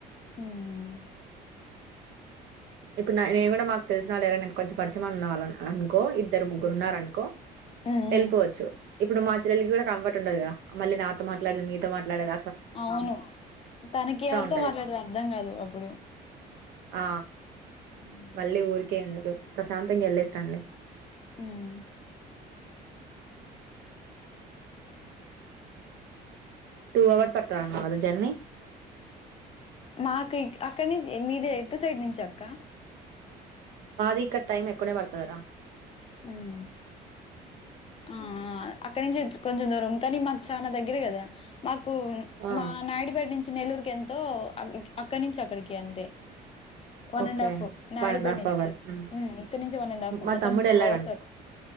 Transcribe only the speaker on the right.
ఇప్పుడు నేను కూడా మాకు తెలిసిన వాళ్ళు ఎవరన్నా కొంచెం పరిచయం ఉన్న వాళ్ళని అనుకో కో ఓ ఇద్దరు ముగ్గురు ఉన్నారనుకో
వెళ్ళిపోవచ్చు
ఇప్పుడు మా చెల్లలికి కూడా కంఫర్ట్ ఉండదు కదా మళ్ళి నాతో మాట్లాడాల మీతో మాట్లాడాల
ఉంటది
ఆ
మళ్ళీ ఊరికే ఎందుకు ప్రశాంతంగా వెళ్లేసి రండి
టూ హవర్స్ పడతది అన్నావ్ కదా జెర్నీ
మాది ఇంకా టైమ్ ఎక్కువనే పడుతాదిరా
ఆ
ఓకే
వన్ అండ్ హాఫ్
అవర్ హ్మ్.
మా
తమ్ముడు
వెళ్ళాడంట